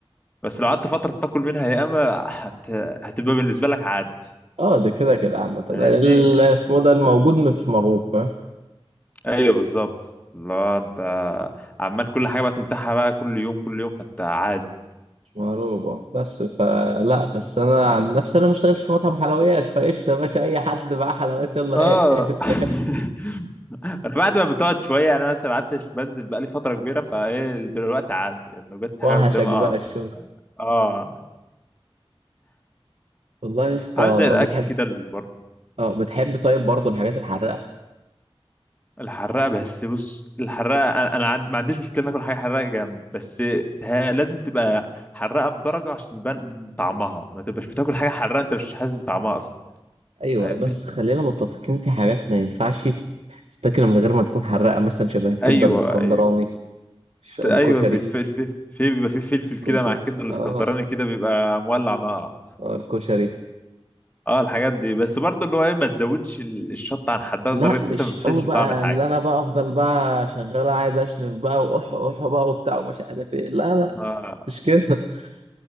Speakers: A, on the left; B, on the right.
A: بس لو قعدت فترة تاكل منها يا اما هت... هتبقى بالنسبة لك عادي
B: اه ده كده كده عامة ال-
A: فاهمني
B: اسمه ده الموجود مش مرغوب فاهم
A: ايوه بالظبط اللي هو انت عمال كل حاجه بقت متاحه بقى كل يوم كل يوم فانت عادي
B: مش مرغوب اه بس فلا بس انا عن نفسي انا ما اشتغلش في مطعم حلويات فقشطة يا باشا اي حد معاه حلويات يلا
A: اه
B: هات هات
A: <laughs>
B: هات
A: انا بعد ما بتقعد شويه انا مثلا قعدت بنزل بقى لي فتره كبيره فايه دلوقتي عادي يعني لو جت حاجه
B: وحشك
A: قدامي
B: بقى
A: اه هاكل
B: الشغل
A: اه
B: والله يا اسطى
A: عامل زي الاكل
B: بتحب
A: كده اللي برضه
B: اه بتحب طيب برضه الحاجات الحراقة
A: الحراقه بس بص الحراقه انا انا عن- ما عنديش مشكله ناكل حاجه حراقه جامد بس ها- لازم تبقى حراقه بدرجه عشان يبان طعمها ما تبقاش بتاكل حاجه حراقه انت مش حاسس بطعمها اصلا
B: ايوه
A: فاهمني
B: بس خلينا متفقين في حاجات ما ينفعش تتاكل من غير ما تكون حراقه مثلا شبه الكبده
A: ايوه
B: الاسكندراني
A: ايوه
B: ش- الكشري
A: ايوه بالفلفل في بيبقى في فلفل
B: الكشري
A: كده مع الكبده الاسكندراني
B: اه
A: كده بيبقى مولع نار
B: اه الكشري
A: اه الحاجات دي بس برضه اللي هو ايه ما تزودش ال- الشطه عن حدها
B: لا
A: لدرجه
B: مش
A: ان انت ما بتحسش
B: قوي بقى
A: بطعم الحاجه
B: اللي انا بقى افضل بقى شغال قاعد اشنف بقى واح اح بقى وبتاع ومش عارف ايه لا لا
A: آه.
B: مش كده <laughs>